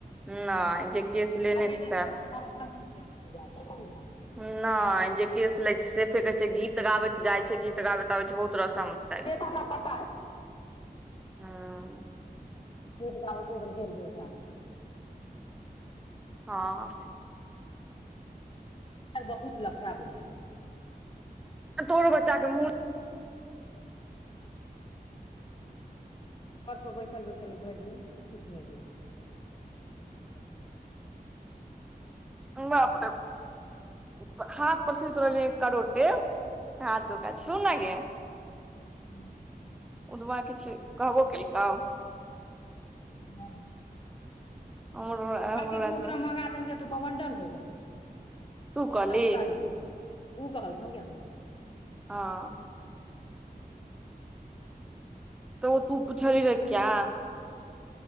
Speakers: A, in the centre; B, on the left (about 30°).
A: नहि जे केश लेने
B: हमरे
A: छै
B: देख
A: सएह
B: के हँ हम अपना <unintelligible>
A: नहि जे केस लै छै से फेकै छै गीत गाबैत जाइ छै गीत गावेत बहुत रसम <unintelligible>
B: से तऽ हमरा पता अइ
A: हँ
B: गीत गाबै तऽ उधर गेल रहे ओकरामे
A: हँ
B: <unintelligible> बहुत लफड़ा बुझाइए
A: तोरो बच्चाके मुड़
B: घर पर बैसल बैसल भेर दिन किछु नहि हो
A: बाप रे बाप हाथ पर सुत‌ रहलिए एक करोटे से हाथ दुखाइ छै सुन नऽ गे
B: हँ
A: उदबा किछु कहबो केलकौ
B: नहि
A: हमरो हमरो
B: कहलकै
A: रात
B: की उतना
A: मे
B: महगा देंगे तो बमंडल होगा
A: तू
B: ऊ
A: कहली
B: कहलकै हम किया कहबै
A: हँ तऽ तु पूछली रहे क्या